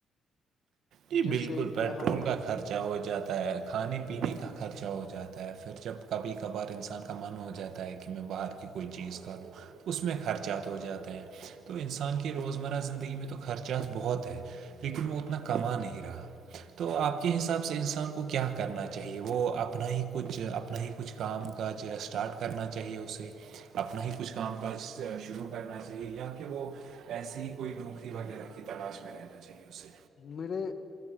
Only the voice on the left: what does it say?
جس
سے کہ
ہم اس
میرے